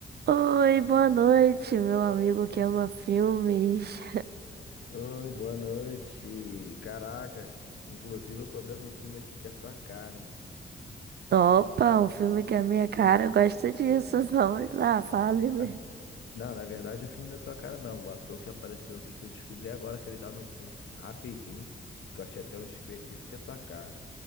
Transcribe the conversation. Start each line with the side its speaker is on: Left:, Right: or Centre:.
Right: Oi, boa noite, meu amigo que ama filmes.
Left: Oi, boa noite. Caraca, inclusive eu tô vendo um filme aqui que é tua cara, hein?
Right: <laughs> Opa, um filme que é a minha cara gosta disso.
Left: É.
Right: <laughs> Vamos lá, fale-me.
Left: na- Não, na verdade o filme não é tua cara, não. O ator que apareceu aqui que eu descobri agora que ele tá no filme rapidinho, que eu achei até um desperdício, que é tua cara.